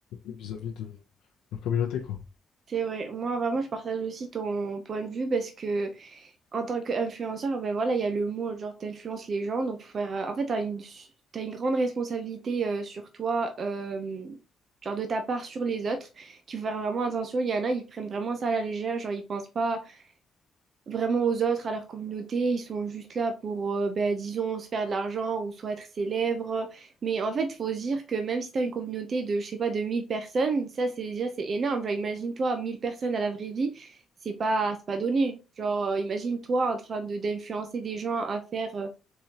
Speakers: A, on the left; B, on the right.
A: vis-à-vis de leur communauté, quoi.
B: c'est vrai. Moi, vraiment, je partage aussi ton point de vue parce que, en tant qu'influenceur, ben voilà, il y a le mot, genre, t'influences les gens. Donc, faut faire. euh, En fait, t'as une, t'as une grande responsabilité euh, sur toi, euh, genre, de ta part sur les autres, qu'il faut faire vraiment attention. Il y en a, ils prennent vraiment ça à la légère, genre, ils pensent pas. vraiment aux autres, à leur communauté. Ils sont juste là pour, euh, ben, disons, se faire de l'argent ou soit être célèbres. Mais en fait, il faut se dire que même si tu as une communauté de, je sais pas, de 1000 personnes, ça, c'est déjà, c'est énorme. Genre, imagine-toi, 1000 personnes à la vraie vie, c'est pas, c'est pas donné. Genre, euh, imagine-toi en train de d'influencer des gens à faire, euh,